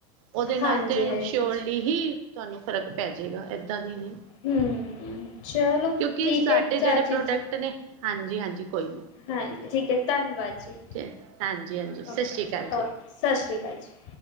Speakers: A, on the right; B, on the left.
A: ਉਹਦੇ ਨਾਲ
B: ਹਾਂਜੀ
A: ਤਾਂ
B: ਹਾਂਜੀ
A: ਸ਼ਿਓਰ ਲੀ ਹੀ ਤੁਹਾਂਨੂੰ ਫ਼ਰਕ ਪੈ ਜਾਏਗਾ, ਇੱਦਾਂ ਦੀ ਨਹੀਂ
B: ਹੂੰ। ਚਲੋਂ
A: ਕਿਉਂਕਿ
B: ਠੀਕ
A: ਸਾਡੇ
B: ਹੈ, ਚਾਚੀ
A: ਜਿਹੜੇ ਪ੍ਰੋਡਕਟ
B: ਜੀ
A: ਨੇ ਹਾਂਜੀ ਹਾਂਜੀ ਕੋਈ
B: ਹਾਂਜੀ ਠੀਕ ਹੈ। ਧੰਨਵਾਦ ਜੀ।
A: ਓਕੇ ਹਾਂਜੀ- ਹਾਂਜੀ ਸਤਿ
B: ਓਕੇ
A: ਸ਼੍ਰੀ ਅਕਾਲ।
B: ਜੀ
A: ਜੀ
B: ਓਕੇ ਸਤਿ ਸ਼੍ਰੀ ਅਕਾਲ ਜੀ।